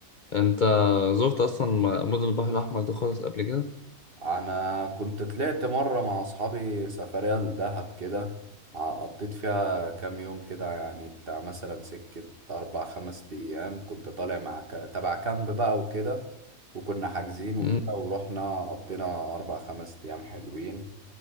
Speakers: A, on the left; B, on the right.
A: انت زرت اصلا مدن البحر الاحمر ده خالص قبل كده
B: انا كنت طلعت مره مع اصحابي سفريه لدهب كده ع- قضيت فيها كام يوم كده يعني بتاع مثلا سكه اربع خمس ايام كنت طالع مع ك... تبع كامب بقى وكده وكنا حاجزين وكده
A: مم.
B: ورحنا قضينا اربع خمس ايام حلوين